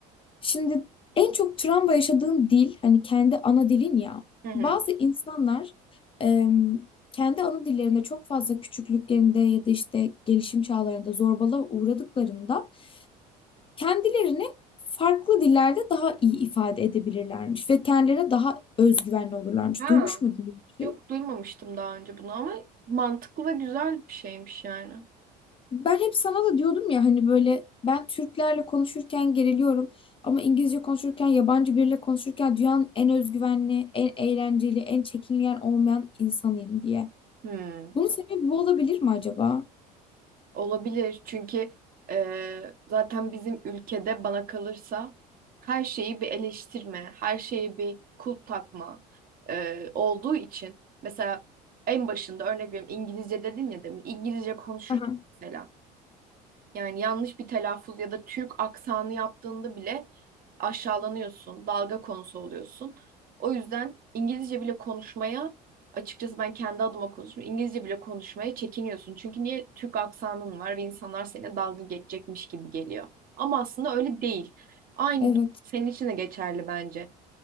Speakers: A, on the left (about 25°); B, on the right (about 45°).
A: Şimdi en çok travma yaşadığın dil hani kendi ana dilin ya.
B: Hı hı.
A: Bazı insanlar em, kendi ana dillerinde çok fazla küçüklüklerinde ya da işte gelişim çağlarında zorbalığa uğradıklarında kendilerini farklı dillerde daha iyi ifade edebilirlermiş ve kendilerine daha özgüvenli olurlarmış.
B: Ha.
A: Duymuş muydun? bu şeyi?
B: Yok duymamıştım daha önce bunu ama mantıklı ve güzel bir şeymiş yani.
A: Ben hep sana da diyordum ya hani böyle ben Türklerle konuşurken geriliyorum ama İngilizce konuşurken yabancı biriyle konuşurken dünyanın en özgüvenli, en eğlenceli, en çekingen olmayan insanıyım diye.
B: Hmm,
A: Bunun sebebi bu olabilir mi acaba?
B: olabilir çünkü e, zaten bizim ülkede bana kalırsa her şeyi bir eleştirme, her şeyi bir kulp takma e, olduğu için mesela en başında örnek veriyorum İngilizce dedin ya demin İngilizce konuşurken
A: Aha.
B: mesela yani yanlış bir telaffuz ya da Türk aksanı yaptığında bile aşağılanıyorsun, dalga konusu oluyorsun. O yüzden İngilizce bile konuşmaya, açıkçası ben kendi adıma konuşuyorum. İngilizce bile konuşmaya çekiniyorsun. Çünkü niye Türk aksanın var ve insanlar seninle dalga geçecekmiş gibi geliyor. Ama aslında öyle değil. Aynı
A: Evet.
B: senin için de geçerli bence.